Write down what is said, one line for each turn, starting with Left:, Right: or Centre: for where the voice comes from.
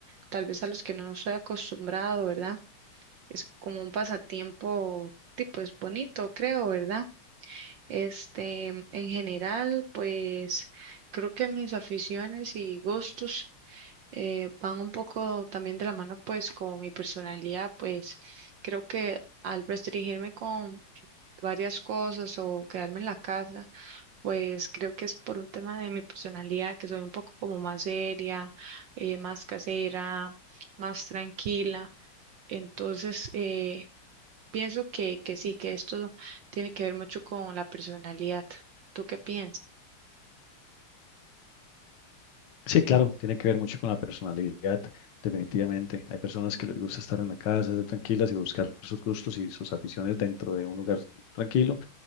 Right: tal vez a los que no soy acostumbrado, ¿verdad? Es como un pasatiempo, tipo, pues bonito, creo, ¿verdad? Este, en general, pues creo que mis aficiones y gustos eh, van un poco también de la mano, pues con mi personalidad, pues creo que al restringirme con varias cosas o quedarme en la casa, pues creo que es por un tema de mi personalidad, que soy un poco como más seria, eh, más casera, más tranquila. Entonces, eh, Pienso que, que sí, que esto tiene que ver mucho con la personalidad. ¿Tú qué piensas?
Left: Sí, claro, tiene que ver mucho con la personalidad, definitivamente. Hay personas que les gusta estar en la casa, ser tranquilas y buscar sus gustos y sus aficiones dentro de un lugar tranquilo.